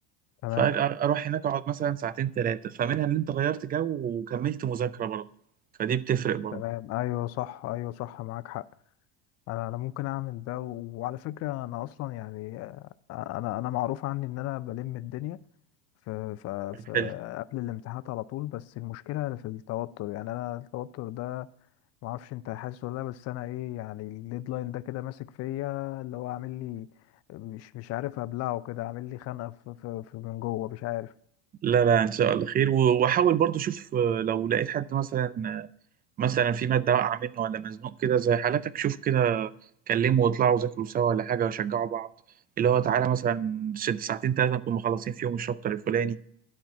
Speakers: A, on the left (about 45°); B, on the right (about 25°).
A: تمام
B: فاروح هناك اقعد مثلا ساعتين ثلاثه فمنها ان انت غيرت جو وكملت مذاكره برضه فدي بتفرق
A: تمام ايوه صح ايوه صح معاك حق انا انا ممكن اعمل ده و- وعلى فكره انا اصلا يعني آه، انا انا معروف عني ان انا بلم الدنيا في في في
B: برضه
A: قبل الامتحانات على طول بس المشكله في التوتر يعني انا التوتر ده ما اعرفش انت حاسس ولا لا بس انا ايه يعني الديدلاين ده كده ماسك فيا اللي هو عامل لي مش مش عارف ابلعه كده عامل لي خنقه في في في من جوه مش عارف
B: لا لا ان شاء الله خير و- واحاول برضو شوف آه، لو لقيت حد مثلا آه، مثلا في ماده واقعه منه ولا مزنوق كده زي حالتك شوف كده كلمه واطلعوا ذاكروا سوا ولا حاجه وشجعوا بعض اللي هو تعالى مثلا ست- ساعتين ثلاثه نكون مخلصين فيهم الشابتر الفلاني